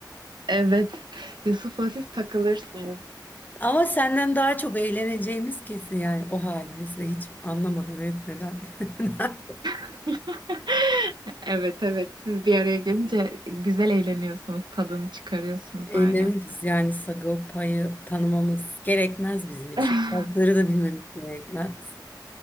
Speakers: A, on the right; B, on the left.
A: Evet. Yusuf'la siz takılırsınız.
B: Ama senden daha çok eğleneceğimiz kesin yani o halimizle hiç anlamadan etmeden. <laughs>
A: <laughs> Evet evet. Siz bir araya gelince güzel eğleniyorsunuz. Tadını çıkarıyorsunuz
B: Eğleniriz
A: aynen.
B: yani Sagopa'yı tanımamız gerekmez bizim için.
A: <laughs>
B: Şarkıları da bilmemiz gerekmez.